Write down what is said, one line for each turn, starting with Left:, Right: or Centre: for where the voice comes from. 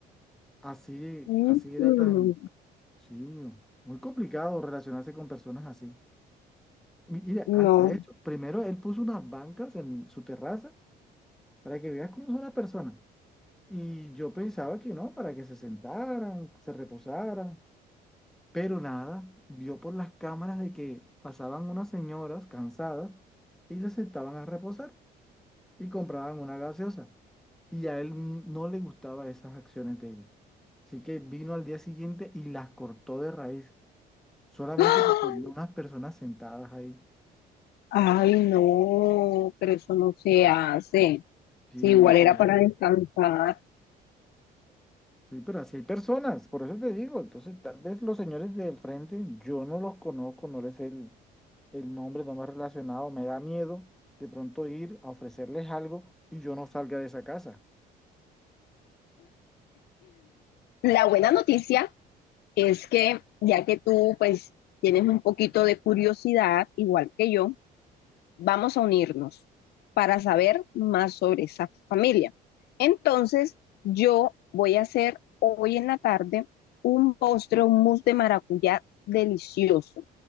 Centre: Así,
Left: mm,
Centre: así era
Left: mm,
Centre: tan, sí, muy complicado relacionarse con personas así. Mi- Mira,
Left: No.
Centre: hasta eso. Primero él puso unas bancas en su terraza para que veas cómo son las personas. Y yo pensaba que no, para que se sentaran, se reposaran, pero nada, vio por las cámaras de que pasaban unas señoras cansadas y se sentaban a reposar y compraban una gaseosa. Y a él n- no le gustaban esas acciones de ella. Así que vino al día siguiente y las cortó de raíz, solamente
Left: ¡Ah!
Centre: porque vio unas personas sentadas ahí.
Left: Ay, no, pero eso no se hace.
Centre: Sí,
Left: Si igual
Centre: claro
Left: era para descansar.
Centre: Sí, pero así hay personas, por eso te digo. Entonces, tal vez los señores del frente, yo no los conozco, no les sé el, el nombre, no me he relacionado, me da miedo de pronto ir a ofrecerles algo y yo no salga de esa casa.
Left: La buena noticia es que ya que tú pues tienes un poquito de curiosidad, igual que yo, vamos a unirnos para saber más sobre esa familia. Entonces, yo voy a hacer hoy en la tarde un postre, un mousse de maracuyá delicioso